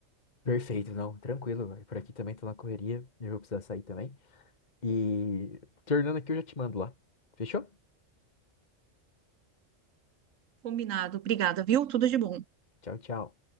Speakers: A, on the left; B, on the right.
A: Perfeito, não, tranquilo, velho. Por aqui também tô na correria, eu vou precisar sair também. E tornando aqui, eu já te mando lá. Fechou?
B: Combinado. Obrigada, viu? Tudo de bom.
A: Tchau, tchau.